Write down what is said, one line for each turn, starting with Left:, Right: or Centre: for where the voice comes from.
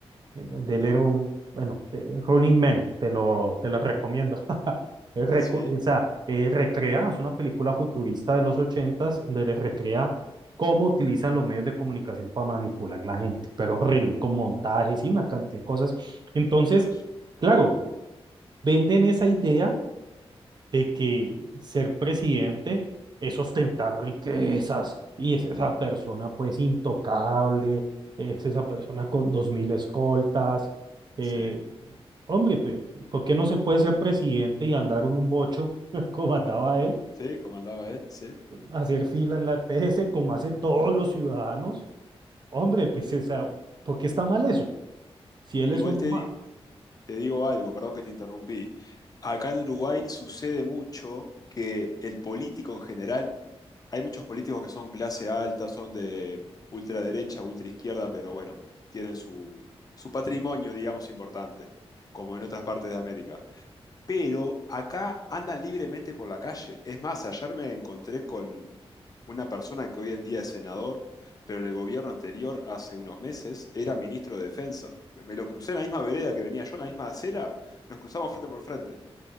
Right: en donde
Left: No.
Right: él era un, bueno, de- Running Man, te lo, te la recomiendo. <laughs> Él reco-
Left: Sí,
Right: o sea, eh, recrea, es una película futurista de los ochentas, donde le recrea cómo utilizan los medios de comunicación para manipular la gente, pero horrible, con montajes y una cantidad de cosas. Entonces,
Left: claro.
Right: claro, venden esa idea de que ser presidente es ostentar riquezas y es esa persona pues intocable, es esa persona con dos mil escoltas. eh,
Left: Sí.
Right: hombre, pues, ¿por qué no se puede ser presidente y andar en un bocho <laughs> como andaba él,
Left: Sí, comandaba él, sí.
Right: hacer fila en la EPS como hace todos los ciudadanos? Hombre, pues esa, ¿por qué está mal eso? Si él
Left: Igual
Right: es uno
Left: te,
Right: más.
Left: te digo algo, perdón que te interrumpí. Acá en Uruguay sucede mucho que el político en general hay muchos políticos que son clase alta, son de ultraderecha, ultraizquierda, pero bueno, tienen su, su patrimonio, digamos, importante, como en otras partes de América. Pero acá andan libremente por la calle. Es más, ayer me encontré con una persona que hoy en día es senador, pero en el gobierno anterior, hace unos meses, era ministro de Defensa. Me me lo crucé en la misma vereda que venía yo, en la misma acera, nos cruzamos frente por frente.